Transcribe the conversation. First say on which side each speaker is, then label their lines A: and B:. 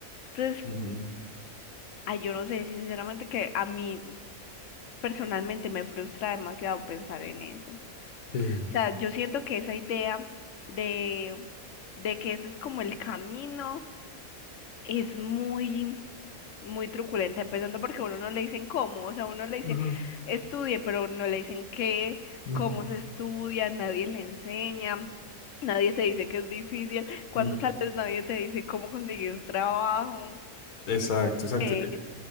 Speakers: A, on the left; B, on the left.
A: Entonces,
B: <laughs> Ujú.
A: ay, yo no sé, sinceramente que a mí personalmente me frustra demasiado pensar en eso. O
B: Sí.
A: sea, yo siento que esa idea de, de que ese es como el camino es muy, muy truculenta, empezando porque a uno no le dicen cómo, o sea, uno le dice
B: Ujú,
A: estudie, pero no le dicen qué,
B: ujú,
A: cómo se estudia, nadie le enseña, nadie te dice que es difícil, cuando
B: ujú.
A: sales nadie te dice cómo conseguir trabajo,
B: Exacto, exacto.
A: eh,
B: E-